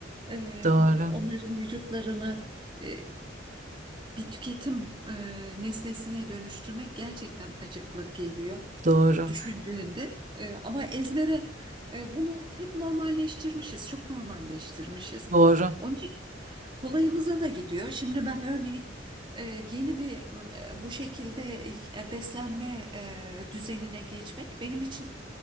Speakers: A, on the right; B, on the right.
A: e,
B: Doğru.
A: onların vücutlarını e, e, bir tüketim e, nesnesine dönüştürmek gerçekten acıklı geliyor
B: Doğru.
A: düşündüğünde. E, ama ezbere e, bunu hep normalleştirmişiz, çok normalleştirmişiz.
B: Doğru.
A: Onun için Kolayımıza da gidiyor. Şimdi ben örneğin e, yeni bir m, e, bu şekilde e, beslenme e, düzenine geçmek benim için